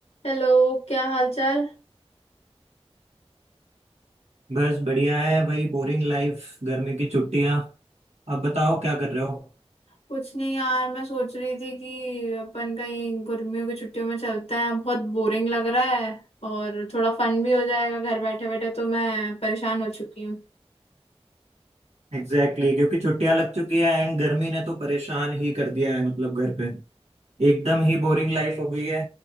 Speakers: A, on the left; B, on the right.
A: हेलो क्या हाल चाल
B: बस बढ़िया है वही बोरिंग लाइफ गर्मी की छुट्टियां अब बताओ क्या कर रहे हो
A: कुछ नहीं यार मैं सोच रही थी कि अपन कहीं गर्मियों की छुट्टियों में चलते हैं बहुत बोरिंग लग रहा है और थोड़ा फन भी हो जाएगा घर बैठे बैठे तो मैं परेशान हो चुकी हूँ
B: एग्जैक्टली exactly, क्योंकि छुट्टियां लग चुकी है एंड गर्मी ने तो परेशान ही कर दिया है मतलब घर पे एकदम ही बोरिंग लाइफ हो गई है